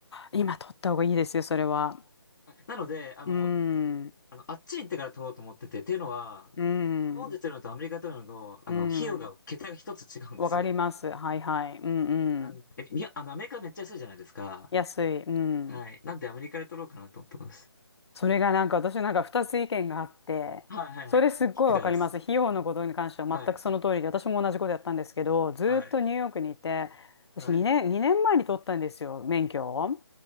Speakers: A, on the left (about 85°); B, on the left (about 45°).
A: 今取った方がいいですよ、それは。
B: あなので、あの、
A: うん。
B: あの、あっちに行ってから取ろうと思ってて、っていうのは、
A: うん。
B: 日本で取るのとアメリカで取るのと、
A: うん。
B: あの、費用が、桁が一つ違うんですよ。
A: わかります。はいはい。うん
B: なんで、
A: うん。
B: えいや、あの、アメリカめっちゃ安いじゃないですか。
A: 安い。うん。
B: はい。なんでアメリカで取ろうかなと思ってます。
A: それがなんか私なんか二つ意見があって、
B: はいはいはい。
A: それすっごいわかります。
B: 聞きたいです。
A: 費用のことに関しては全くその通りで、
B: はい。
A: 私も同じことやったんですけど、ずーっとニューヨークにいて、
B: はい。
A: 私2年、
B: はい。
A: 2年前に取ったんですよ、免許を。